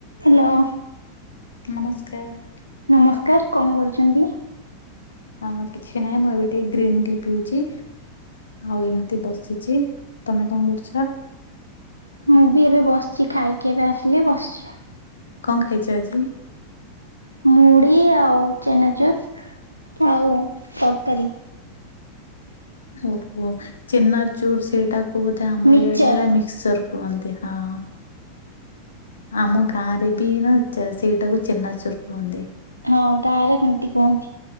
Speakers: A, on the right; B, on the left.
A: Hello!
B: ନମସ୍କାର!
A: ନମସ୍କାର କଣ କରୁଛନ୍ତି?
B: ଆମର କିଛି ନାହିଁ ମୁଁ ଏବେ ଟିକେ ଗ୍ରୀନ୍ ଟି ପିଉଛି। ଆଉ ଏମିତି ବସିଛି ତମେ କଣ କରୁଛ?
A: ମୁଁ ବି ଏବେ ବସିଛି ଖାଇକି ଏବେ ଆସିଲି ବସିଛି।
B: କଣ ଖାଇଛ ଆଜି?
A: ମୁଢି ଆଉ ଚେନାଚୁର ଆଉ ତରକାରୀ।
B: ଓହୋ ଚେନାଚୁର ସେଇଟା ବୋଧେ ଆମର
A: ମିକ୍ସଚର
B: ଇଆଡେ ହେଲା ମିକ୍ସଚର କୁହନ୍ତି ହଁ। ଆମ ଗାଁ ରେ ବି ନା ସେଇଟାକୁ ଚେନାଚୁର କୁହନ୍ତି।
A: ହଁ ଗାଁରେ ସେମିତି କୁହନ୍ତି।